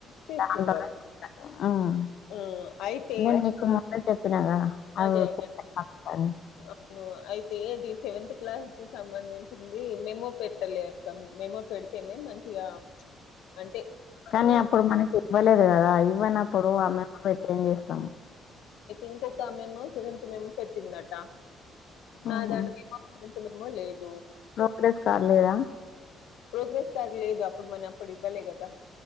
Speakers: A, on the left; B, on the left.
A: తీసుకుంటారు
B: దానిలోనే అనుకుంట హ్మ్
A: ఆ అయితే
B: నేను నీకు ముందే చెప్ చెప్పినాదా <inaudible>
A: అదే అదే అవును అయితే ఇది సెవెంత్ క్లాస్ కి సంబంధించింది మెమో పెట్టలే అక్క మెమో పెడితేనే మంచిగా అంటే
B: కానీ
A: ఆ
B: అప్పుడు మనకి ఇవ్వలేదు కదా ఇవ్వనప్పుడు ఆమె పెట్టే ఏం చేస్తాము
A: ఇంకొకమె మేమో సెవెంత్ మేమో పెట్టిందట నా
B: ఆహా!
A: దానికేమో సెవంత్ మేమో లేదు
B: ప్రోగ్రెస్ కార్లేదా
A: ప్రోగ్రెస్ కార్డు లేదు అప్పుడు మనం అప్పుడు ఇవ్వలే కదా